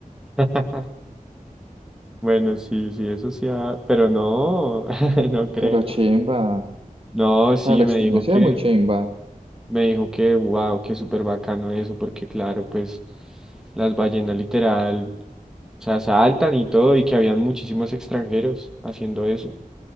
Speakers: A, in the centre; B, on the right.
A: <laughs> Bueno, sí, sí, eso sí, ha- pero no, <laughs> no creo.
B: Pero chimba.
A: No, sí,
B: Ah, la
A: me
B: experiencia
A: dijo que,
B: es muy chimba.
A: me dijo que, wow, que súper bacano eso, porque claro, pues las ballenas literal, o sea, saltan y todo, y que habían muchísimos extranjeros haciendo eso.